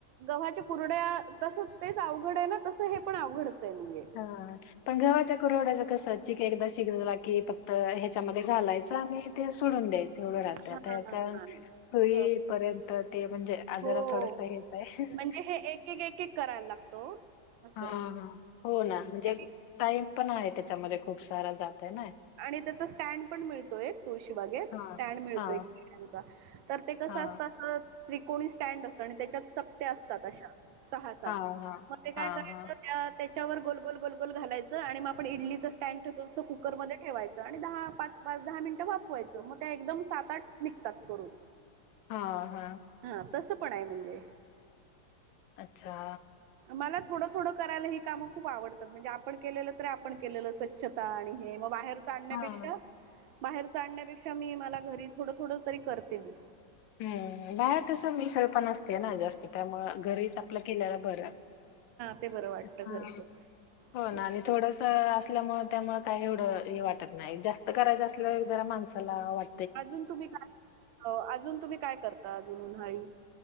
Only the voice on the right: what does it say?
गव्हाच्या कुरड्या तसं तेच अवघड आहे ना तसं हे पण अवघडच आहे म्हणजे
हां,
हां.
हो,
हो.
म्हणजे हे एक, एक, एक, करायला लागतो. असं
आहे.
आणि
आणि त्याचा स्टँड पण मिळतोय एक तुळशी बागेत
स्टँड मिळतोयचा.
तर ते कस
असतात त्रिकोणी स्टँड असत आणि त्याच्यात चकते असतात अशा सहा सात
मग ते काय
करायचं
त्या त्याच्यावर गोलगोल गोलगोल घालायं आणि मग आपण इडलीच स्टँड ठेवतो तस कुकर मध्ये ठेवायच आणि दहा पाच पाच दहा मिनिटं वाफवायच मग त्या एकदम सात आठ निघतात करून.
हा तस पण आहे म्हणजे
मला थोड थोड करायला ही काम खूप आवडतात म्हणजे आपण केलेल तरी आपण केलेल स्वच्छता आणि हे मग बाहेर साडण्यापेक्षा
बाहेरच आणण्यापेक्षा मी मला घरी थोड थोड तरी करते मी
ते बरं वाटतं घरचंच
तेच
ते
अजून तुम्ही अजून तुमी काय करता अधुन मधुन आई